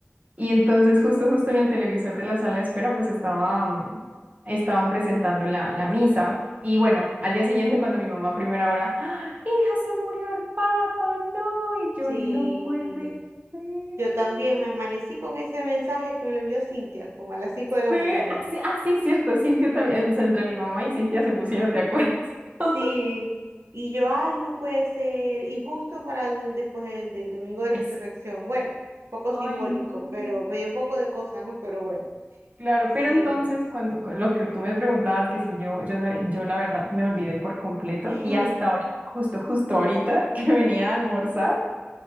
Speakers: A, on the right (about 35°); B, on the right (about 80°).
A: y entonces justo, justo en el televisor de la sala de espera, pues estaba, mm, estaban presentando la, la misa y bueno, al día siguiente cuando mi mamá a primera hora, "¡Ah! hija, se murió el papa, no, y yo
B: Sí,
A: no puede ser.
B: yo también me amanecí con ese mensaje que me lo envió Cintia, como a las 5
A: Ah,
B: de la
A: Sí,
B: mañana.
A: así, así, cierto, Cintia también, o sea, entre mi mamá y Cintia se pusieron de acuerdo.
B: Sí,
A: <laughs>
B: y yo, ay, no puede ser. Y justo para el, después del, del domingo de resurrección,
A: Exacto.
B: bueno, poco
A: Ay,
B: simbólico,
A: no.
B: pero me dio un poco de cosa, ¿no? Pero bueno,
A: Claro,
B: sí.
A: pero entonces cuando cu- lo que tú me preguntabas que si yo yo sab- yo la verdad me olvidé por completo
B: <laughs>
A: y hasta ahorita, justo justo ahorita <laughs> que venía a almorzar,